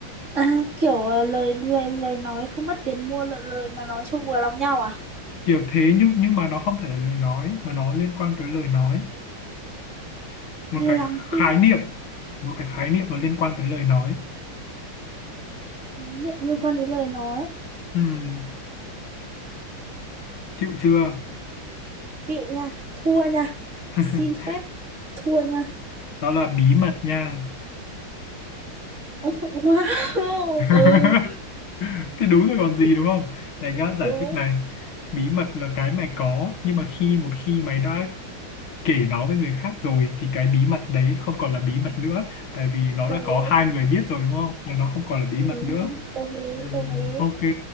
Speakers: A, on the right; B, on the left.
A: À, kiểu à, lời lời lời nói không mất tiền mua lời, lời mà nói cho vừa lòng nhau à?
B: kiểu thế nhưng nhưng mà nó không phải là lời nói mà nó liên quan tới lời nói một cái
A: Lòng tin,
B: khái niệm một cái khái niệm mà liên quan tới lời nói
A: khái niệm liên quan đến lời nói.
B: Ừm, chịu chưa
A: Chịu nha, thua nha.
B: <laughs>
A: Xin phép thua nha.
B: đó là bí mật nha
A: <laughs> Wow,
B: <laughs>
A: ừ,
B: thì đúng rồi còn gì đúng không này nhá
A: đúng,
B: giải thích này bí mật là cái mày có nhưng mà khi một khi mày đã kể nó với người khác rồi thì cái bí mật đấy không còn là bí mật nữa tại vì nó
A: đồng
B: đã có
A: ý.
B: hai người biết rồi đúng không là nó không còn là bí
A: Ừ,
B: mật nữa
A: đồng ý,
B: ừ,
A: đồng ý.
B: ok